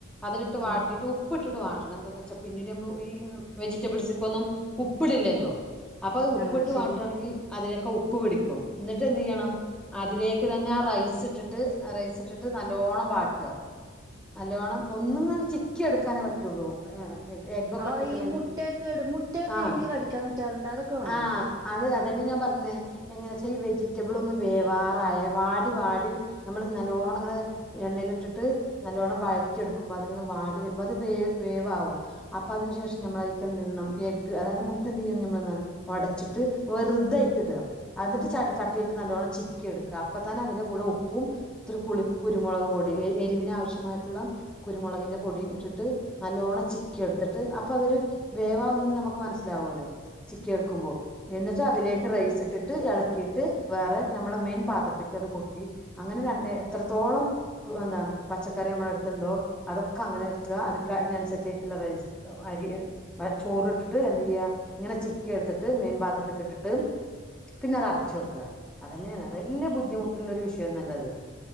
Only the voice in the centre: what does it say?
അതിലിട്ട്ട്ട് വാട്ടിട്ട്
ഉപ്പ് ഉപ്പ് ഇട്ടിട്ട് വാട്ടണം എന്താന്ന് വെച്ചാ പിന്നീട് നമ്മൾ ഈ വെജിറ്റബിൾസ ഒക്ക ഒന്നും ഉപ്പിടില്ലല്ലോ അപ്പൊ അത് ഉപ്പിട്ട്
വാട്ടുകയാണെങ്കിൽ അതിലേക്കെ ഉപ്പ് പിടിക്കും എന്നിട്ട് എന്ത് ചെയ്യണം അതിലേക്ക് തന്നെ ആ റൈസ് ഇട്ടിട്ട് റൈസ് ഇട്ടിട്ട് നല്ലോണ്ണം വാട്ട നല്ലോണ്ണം ഒന്ന് ഇങ്ങനെ ചിക്കി എടുക്കാനേ പറ്റുള്ളൂ എഗ്ഗൊക്കെ
ഇട്ടക്കണമെങ്കിൽ
ആഹ്
ആഹ്
അത് അന്നെ ഞാൻ പറഞ്ഞ എങ്ങനെച്ച ഈ വെജിറ്റബിൾ ഒന്ന് വേവാറ വാടി വാടി നമ്മൾ നല്ലോണം ഇങ്ങനെ എണ്ണയിൽ ഇട്ടിട്ട് നല്ലോണം വഴറ്റി എടുക്കുമ്പോൾ അത് ഇങ്ങനെ വാടി വരണം വേവാവും അപ്പേ അതിനു ശേഷം നമ്മൾ എന്തിട്ടണം എഗ് അതായത് മുട്ട എന്തി്യണം നമ്മൾ ഒടച്ചിട്ട് വെറുതായിക്കി ഇടുക അത് ഇട്ട് ചട്ടിട്ട് നല്ലവോണ്ണം ചിക്കി എടുക്കുക അപ്പ തന്നെ അതിന്റെ കൂടെ ഉപ്പും ഇത്തിരി കുളി കുരുമുക് പൊടി എരിവിന് ആവശ്യമായിട്ടുള്ള കുരുമുളകിന്റെ പൊടി നല്ലോണം ചിക്കി എടുത്തിട്ട് അപ്പൊ അതൊരു വേവവുന്ന നമ്മുക്ക് മനസിലാവല്ലോ ചി എന്നിട്ട് അതിലേക്ക് റൈസ് ഇട്ടിട്ട് ഇളക്കിയിട്ട് വേറെ നമ്മളെ മെയിൻ പാത്രത്തിലേക്ക് കൊട അങ്ങനെ എത്രത്തോളം എന്താ പച്ചക്കറി നമ്മളെ എടുത്തിട്ടുണ്ടോ അതൊക്കെ അങ്ങനെ അക്കെ അതിനനുസരിച്ചുള്ള റൈസ് അരി ചോറ് ഇട്ടിട്ട് എന്ത്തു ചെയ്യ ഇങ്ങനെ ചിക്ക ത്തിട്ട് മീൻ പാത്രത്തിൽക്ക് ഇട്ടിട്ട് പിന്നെ അത് അടച്ച് വെക്കുക അതന്നെയാണ് വലിയ ബുദ്ധിമുട്ടുള്ള ഒരു വിഷയം ഒന്നും അല്ലത്